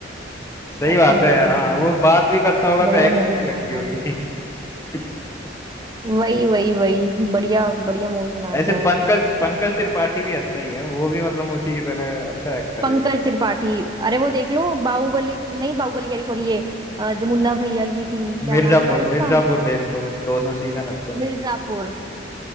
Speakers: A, on the left; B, on the right.
A: सही
B: एक्टिंग
A: बात है
B: कर रहा
A: हाँ
B: है भाई
A: वो बात भी करता होगा
B: बढ़िया
A: तो एक्टिंग
B: मूवी
A: ही
B: बनाता
A: लगती होगी
B: है
A: <laughs>
B: वही वही वही बढ़िया बढ़िया मूवी बनाता
A: ऐसे
B: है
A: पंकज पंकज त्रिपाठी भी अच्छा ही है वो भी मतलब उसी की तरह अच्छा एक्टर
B: पंकज
A: है
B: त्रिपाठी अरे वो देख लो बाहुबली नहीं बाहुबली कह रही सॉरी ये अ, जो मुन्ना भैया की थी क्या
A: मिर्जापुर
B: नाम था इसका
A: मिर्जापुर देख लो दोनों सीजन अच्छे हैं
B: मिर्जापुर